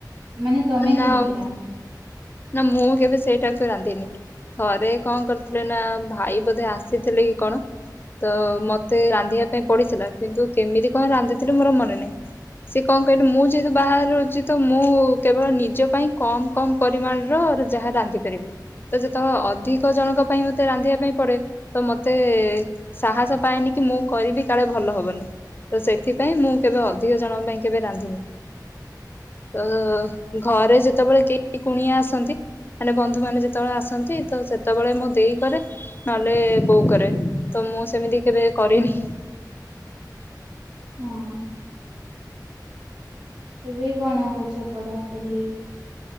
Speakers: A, on the right; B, on the left.
A: ମାନେ ତମେ
B: ନା
A: କେମିତି
B: ଆଉ
A: ରାନ୍ଧ?
B: ନା, ମୁଁ କେବେ ସେଇଟାକୁ ରାନ୍ଧିନି। ଥରେ କଣ କରିଥିଲେ ନା, ଭାଇ ବୋଧେ ଆସିଥିଲେ କି କଣ ତ ମତେ ରାନ୍ଧିବା ପାଇଁ ପଡିଥିଲା, କିନ୍ତୁ କେମିତି କଣ ରାନ୍ଧିଥିଲି ମୋର ମନେ ନାହିଁ। ସେ କଣ କହିଲୁ, ମୁଁ ଯେହେତୁ ବାହାରେ ରହୁଛି ତ ମୁଁ କେବଳ ନିଜ ପାଇଁ କମ୍ କମ୍ ପରିମାଣର ଯାହା ରାନ୍ଧିପାରିବି। ତ ଯେତେବେଳେ ଅଧିକ ଜଣଙ୍କ ପାଇଁ ମତେ ରାନ୍ଧିବା ପାଇଁ ପଡେ, ତ ମତେ ସାହସ ପାଏନି କି ମୁଁ କରିବି କାଳେ ଭଲ ହବନି। ତ ସେଥିପାଇଁ ମୁଁ କେବେ ଅଧିକ ଜଣଙ୍କ ପାଇଁ କେବେ ରାନ୍ଧିନି। ତ ଘରେ ଯେତେବେଳେ କେହି କୁଣିଆ ଆସନ୍ତି ମାନେ ବନ୍ଧୁମାନେ ଯେତେବେଳେ ଆସନ୍ତି, ତ ସେତେବେଳେ ମୋ ଦେଇ କରେ ନହେଲେ ବୋଉ କରେ, ତ ମୁଁ ସେମିତି କେବେ କରିନି।
A: ହଁ। ଏବେ କଣ କରୁଛ ପଢାପୁଢି?